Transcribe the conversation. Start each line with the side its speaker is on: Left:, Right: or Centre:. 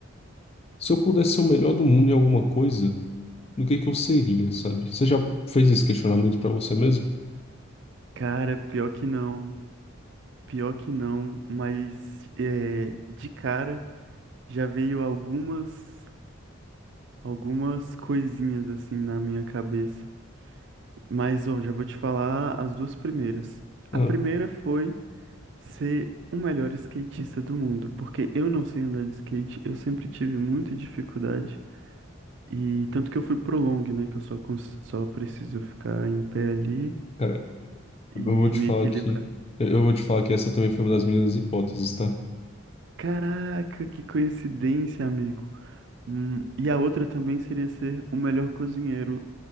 Left: se eu pudesse ser o melhor do mundo em alguma coisa. do que é que eu seria, sabe? Você já fez esse questionamento pra você mesmo?
Right: Cara, pior que não, pior que não, mas é, de cara já veio algumas, algumas coisinhas assim na minha cabeça. Mas, ó, já vou te falar as duas primeiras.
Left: Ah,
Right: A primeira foi ser o melhor skatista do mundo, porque eu não sei andar de skate, eu sempre tive muita dificuldade, e tanto que eu fui pro long, né, que eu só, cons- só preciso ficar em pé ali
Left: cara,
Right: e
Left: eu vou te
Right: me
Left: falar
Right: equilibrar.
Left: que eu vou te falar que essa também foi uma das minhas hipóteses, tá?
Right: Caraca, que coincidência, amigo. Hum, e a outra também seria ser o melhor cozinheiro